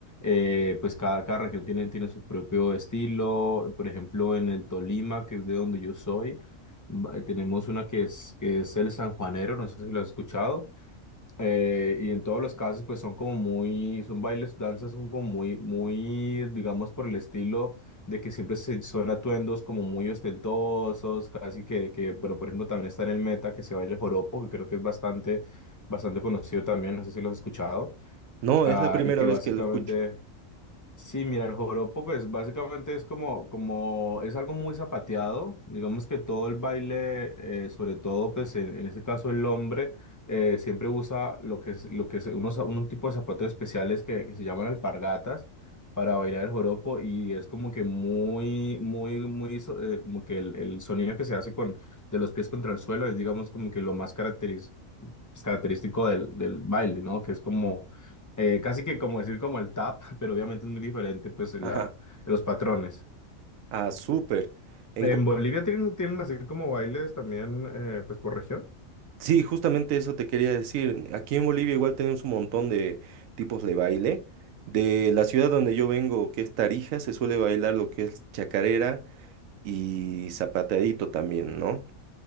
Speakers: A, on the left; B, on the right.
A: Eh, pues cada, cada región tiene, tiene su propio estilo. Por ejemplo, en el Tolima, que es de donde yo soy, ba- tenemos una que es, que es el sanjuanero, no sé si lo has escuchado. Eh, y en todos los casos, pues son como muy, son bailes, danzas, son como muy, muy, digamos, por el estilo de que siempre se, son atuendos como muy ostentosos, casi que, que, pero por ejemplo también está en el Meta que se baila el joropo, que creo que es bastante, bastante conocido también, no sé si lo has escuchado,
B: No,
A: ah,
B: es la primera
A: y que
B: vez
A: básicamente
B: que lo escucho. <laughs>
A: Sí, mira, el joropo pues básicamente es como, como es algo muy zapateado, digamos que todo el baile, eh, sobre todo pues en, en este caso el hombre, eh, siempre usa lo que es, lo que es unos, un tipo de zapatos especiales que, que se llaman alpargatas para bailar el joropo y es como que muy, muy, muy, so- eh, como que el, el sonido que se hace con, de los pies contra el suelo es digamos como que lo más característico pues, característico del, del baile, ¿no? Que es como, eh, casi que como decir como el tap, <laughs> pero obviamente es muy diferente, pues, la,
B: Ajá.
A: los patrones.
B: Ah, súper. En
A: ¿En
B: Col-
A: Bolivia tienen, tienen así como bailes también, eh, pues, por región?
B: Sí, justamente eso te quería decir. Aquí en Bolivia igual tenemos un montón de tipos de baile. De la ciudad donde yo vengo, que es Tarija, se suele bailar lo que es chacarera y zapateadito también, ¿no?